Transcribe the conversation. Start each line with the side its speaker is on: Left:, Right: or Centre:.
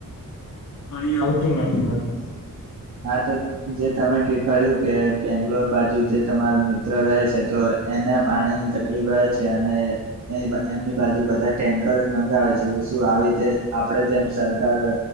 Left: પાણી આવતું નથી મતલબ.
Right: હા તો જે તમે કહ્યું કે બેંગ્લોર બાજુ જે તમાર મિત્ર રહે છે તો એને પાણી ની તકલીફ રહે છે અને એ એમની બાજુ બધા ટેન્કરો જ મંગાવે છે શું આવી રીતે આપણે જેમ સરકાર